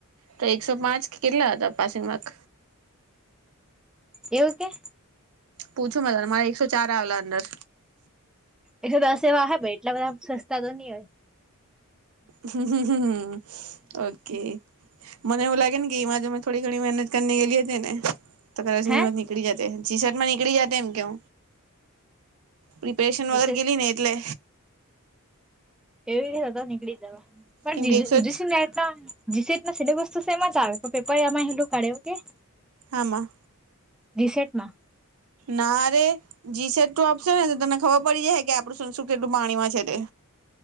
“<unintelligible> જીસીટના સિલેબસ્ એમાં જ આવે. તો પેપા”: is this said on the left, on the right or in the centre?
Centre